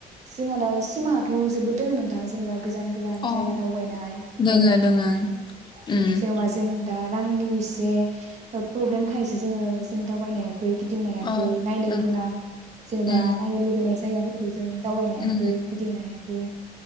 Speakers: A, on the right; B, on the left.
A: जोंहा दा सिमांङाथ' जोबोद दोंङो नोंथां जेनेबा गोजान गोजान
B: अ
A: जायगा दावबायनाय
B: दोङो
A: जायगा नायनाय
B: दोङो उम
A: जेन'बा जों दा रांनि एसे ओ प्रब्लेम खायसो जोंङो जों दावबायनाया खै गिदिंनो हायाखै
B: अ
A: नायनो
B: नों
A: गोनां जेनेबा
B: उम
A: नायनो लुबैनाय ज जायगाफोरखौ स जों दावबायनो हायाखै
B: उम
A: गिदिंनो हाया खै